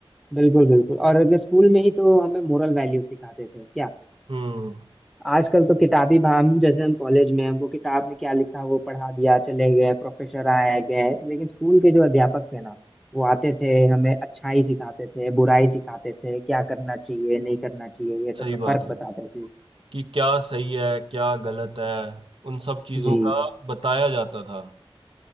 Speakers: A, in the centre; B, on the right.
A: बिल्कुल बिल्कुल और अगर स्कूल में ही तो हमें मोरल वैल्यू सिखाते थे क्या
B: हम्म
A: आजकल तो किताबी भा- हम जैसे हम कॉलेज में हैं, वो किताब में क्या लिखा वो पढ़ा दिया चले गए प्रोफेसर आए गए लेकिन स्कूल के जो अध्यापक थे ना वो आते थे हमें अच्छाई सिखाते थे बुराई सिखाते थे क्या करना चाहिए नहीं करना चाहिए ये सब
B: सही
A: में
B: बात
A: फर्क
B: है
A: बताते थे
B: कि क्या सही है क्या गलत है उन सब चीजों
A: जी
B: का बताया जाता था